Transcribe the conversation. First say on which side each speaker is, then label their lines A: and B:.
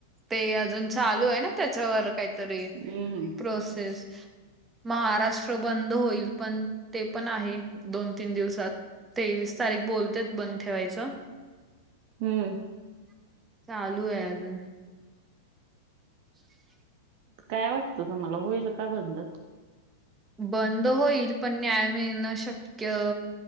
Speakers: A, on the right; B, on the right.
A: ते अजून चालू आहेना. त्याच्यावर काहीतरी
B: हम्म
A: प्रोसेस. महाराष्ट्र बंद होईल पण. तेपण आहे, दोनतीन दिवसात. तेवीस तारीख बोलतेत बंद ठेवायचं.
B: ह्म्म
A: चालूए अजून हा
B: काय वाटतं तुम्हाला होईल का बंद.
A: बंद होईल पण न्याय मिळणं शक्य